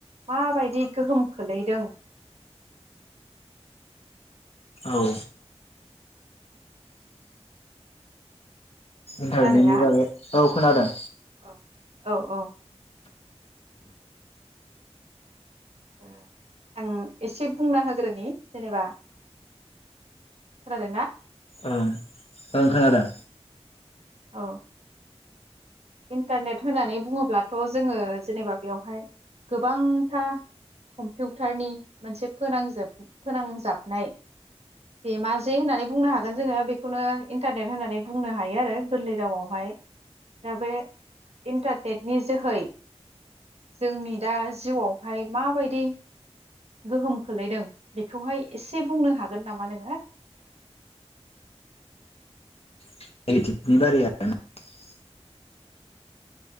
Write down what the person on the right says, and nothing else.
माबायदि गोहोम खोलैदों?
खोनादोंना
औ औ औ। ओ आं एसे बुंना होग्रोनि जेनेबा खोनादोंना?
औ इन्टारनेट होननानै बुङोब्लाथ' जोङो जेनेबा बेवहाय गोबांथा कम्पिउटारनि मोनसे फोनांजोब फोनांजाबनाय बे मा जे होननानै बुंनो हागोन जोङो बेखौनो इन्टारनेट होननानै बुंनो हायो आरो। गोरलै रावआवहाय दा बे इन्टारनेटनि जोहै जोंनि दा जिउआवहाय माबायदि? गोहोम खोलैदों बेखौहाय एसे बुंनो हागोन नामा नोङो?